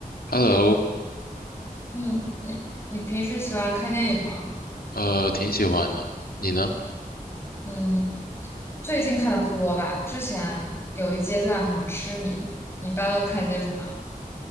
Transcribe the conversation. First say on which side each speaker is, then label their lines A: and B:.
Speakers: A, on the left (about 85°); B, on the left (about 15°).
A: Hello，
B: 嗯，你你平时喜欢看电影吗？
A: 呃，挺喜欢的。你呢？
B: 嗯，最近看的不多吧，之前有一阶段很痴迷。你一般都看些什么？